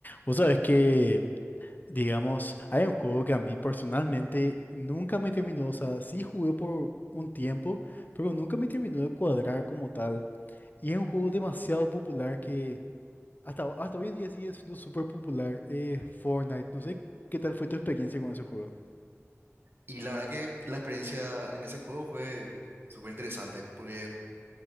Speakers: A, on the left; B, on the right.
A: Vos sabés que, digamos, hay un juego que a mí personalmente nunca me terminó, o sea, sí jugué por un tiempo, pero nunca me terminó de cuadrar como tal. Y es un juego demasiado popular que hasta, ho- hasta hoy en día sigue siendo súper popular, eh, Fortnite. No sé qué tal fue tu experiencia con ese juego.
B: Y la verdad que la experiencia en ese juego fue súper interesante, porque